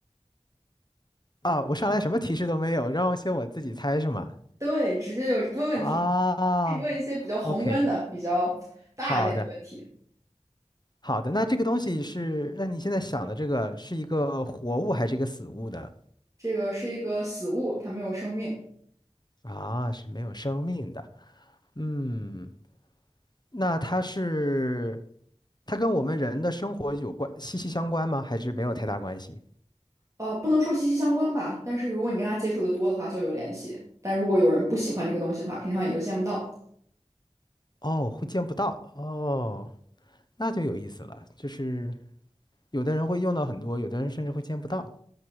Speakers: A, on the left (about 35°); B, on the right (about 25°).
A: 啊，我上来什么提示都没有，让我先我自己猜是吗？
B: 对，直接就问问题，
A: 啊
B: 可以问一些比较宏观的、
A: ，OK，
B: 比较大一点的问题。
A: 好的，好的。那这个东西是，那你现在想的这个是一个活物还是一个死物呢？
B: 这个是一个死物，它没有生命，
A: 啊，是没有生命的。嗯，那它是，它跟我们人的生活有关，息息相关吗？还是没有太大关系？
B: 呃，不能说息息相关吧，但是如果你跟它接触的多的话，就有联系；但如果有人不喜欢这个东西的话，平常也就见不到。
A: 哦，会见不到哦，那就有意思了，就是。有的人会用到很多，有的人甚至会见不到。